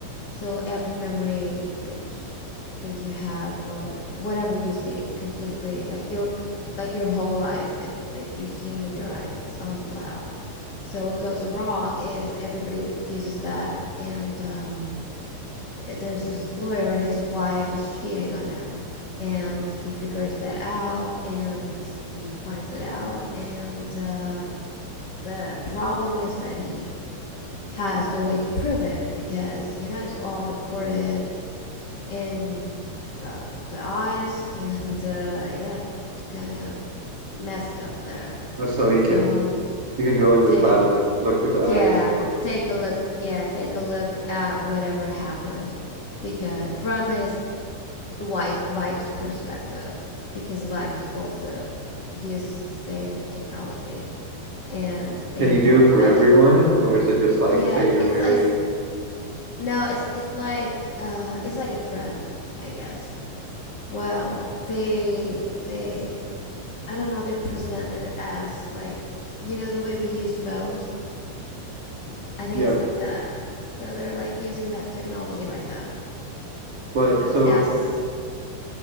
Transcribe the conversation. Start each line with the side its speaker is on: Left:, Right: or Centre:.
Left: So every memory that that you have or whatever you see is completely like your like your whole life that that you've seen with your eyes, it's on the cloud. So what goes wrong is everybody uses that and um eh, There's this lawyer, his wife is cheating on him, and he figures that out, and he finds it out, and uh, the problem is that he has a way to prove it because you know it's all recorded in the the eyes <laughs> and uh, yeah, it's kind of messed up there.
Right: Uh, So he
Left: So
Right: can, you can go into
Left: so
Right: the cloud
Left: he can
Right: and look look through the
Left: yeah
Right: eyes of.
Left: take a look yeah take a look at whatever happened because from his wife wife's perspective because wife also uses the same technology and they
Right: Can
Left: end
Right: you do
Left: up
Right: it for
Left: I
Right: everyone,
Left: think
Right: or is it just like
Left: yeah
Right: say you're
Left: it's
Right: married?
Left: it's No, it's it's like uh it's like a trend, I guess. Well, they they I don't know, they present it as like you know the way we use phones. I think
Right: Yeah,
Left: it's like that. So they're like using that technology like that.
Right: but
Left: You know,
Right: so
Left: it's as